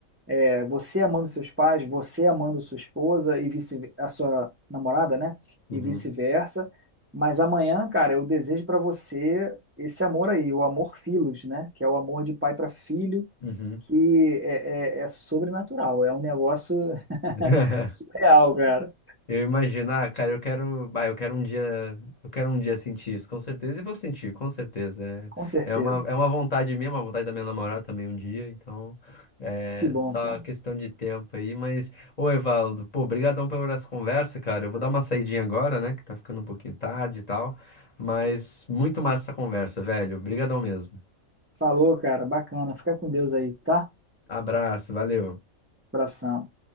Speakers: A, on the right; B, on the left.
A: É Você amando seus pais, você amando sua esposa e vice a sua namorada, né?
B: uhum,
A: E vice-versa. Mas amanhã, cara, eu desejo para você esse amor aí, o amor filos, né? Que é o amor de pai para filho,
B: uhum.
A: que é, é, é sobrenatural, é um negócio
B: <laughs>
A: <laughs> surreal, cara.
B: Eu imagino, ah, cara, eu quero, bah, eu quero um dia, eu quero um dia sentir isso, com certeza, e vou sentir, com certeza.
A: Com certeza.
B: É, é uma, é uma vontade minha, uma vontade da minha namorada também um dia, então é
A: Que bom,
B: só
A: cara.
B: questão de tempo aí, mas, ô Evaldo, pô, brigadão pela essa conversa, cara. Eu vou dar uma saidinha agora, né, que tá ficando um pouquinho tarde e tal, mas muito massa essa conversa, velho. Brigadão mesmo.
A: Falou, cara. Bacana. Fica com Deus aí, tá?
B: Abraço, valeu.
A: Abração.